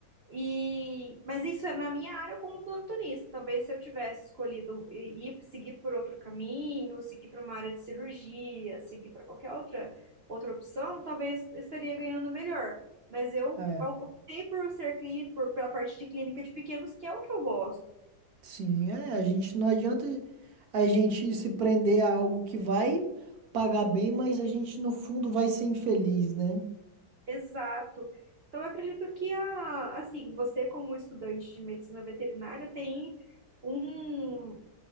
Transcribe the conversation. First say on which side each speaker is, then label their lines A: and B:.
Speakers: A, on the right (about 75°); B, on the right (about 60°).
A: E, mas isso é na minha área como plantonista. Talvez se eu tivesse escolhido i- ir seguir por outro caminho, seguir para uma área de cirurgia, seguir para qualquer outra outra opção, talvez estaria ganhando melhor. Mas eu
B: É,
A: optei por ser clínico, por, pela parte de clínica de pequenos, que é o que eu gosto.
B: sim, é, a gente não adianta a gente se prender a algo que vai pagar bem, mas a gente no fundo vai ser infeliz, né?
A: Exato. Então eu acredito que a, assim, você como estudante de medicina veterinária tem um